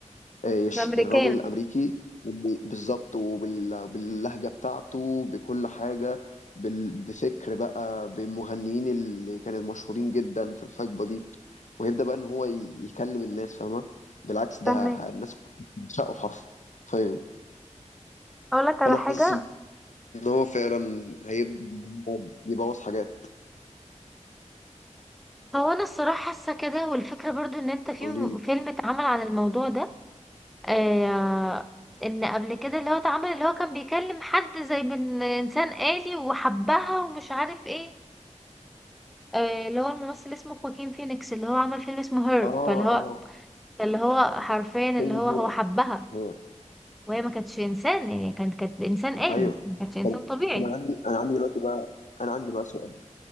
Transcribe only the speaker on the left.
آه، ش-
الراجل الامريكي وب- بالظبط وبال- وباللهجه بتاعته بكل حاجه بال- بفكر بقى بالمغنيين اللي كانوا مشهورين جدا في الحقبه دي ويبدا بقى ان هو ي- يكلم الناس فاهمه بالعكس
ده ه- الناس بتعشقه حرفيا
فانا
حاسس ان هو فعلا هيبدا إن هو يبوظ حاجات
قولي
لي
اه
اه
فيلم
هير
هير
ايوه
طب
انا عندي انا عندي دلوقتي بقى انا عندي بقى سؤال